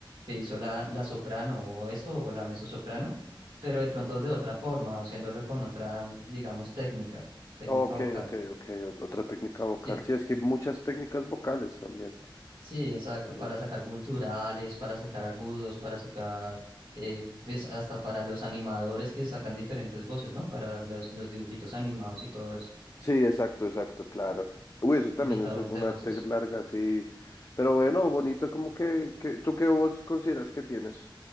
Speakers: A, on the right; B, on the left.
A: que hizo la, la soprano o esto, o la mezzosoprano, pero de pronto de otra forma, haciéndolo con otra, digamos, técnica, técnica
B: Ok,
A: vocal.
B: ok, ok. ot- Otra técnica vocal.
A: Sí.
B: Sí, es que hay muchas técnicas vocales también.
A: Sí, exacto,
B: en
A: para
B: el-
A: sacar culturales, para sacar agudos, para sacar, eh, pues hasta para los animadores que sacan diferentes voces, ¿no? Para los, los dibujitos animados y todo eso,
B: Sí, exacto, exacto, claro. Uy, eso también
A: imitadores
B: es un un
A: de voces.
B: arte larga, sí. Pero bueno, bonito, como que, que, ¿tú qué voz consideras que tienes?